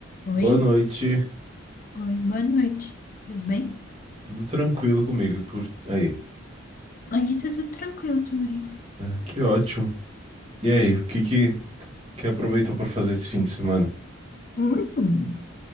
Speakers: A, on the left (about 40°); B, on the right (about 30°).
A: Oi,
B: Boa noite.
A: oi, boa noite. Tudo bem?
B: Tudo tranquilo comigo por aí.
A: Aqui tá tudo tranquilo também.
B: Ah, que ótimo. E aí, o que que, que aproveitou para fazer esse fim de semana?
A: Hum,